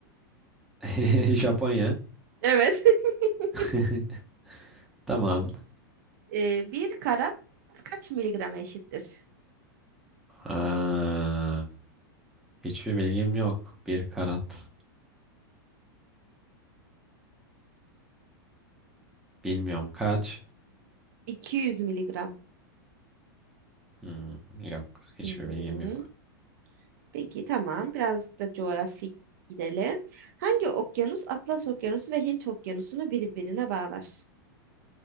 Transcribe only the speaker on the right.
Evet. <laughs>
Ee, bir karat kaç miligrama eşittir?
200 miligram.
Hı hı.
Peki tamam. Biraz da coğrafik gidelim. Hangi okyanus Atlas Okyanusu ve Hint Okyanusu'nu birbirine bağlar?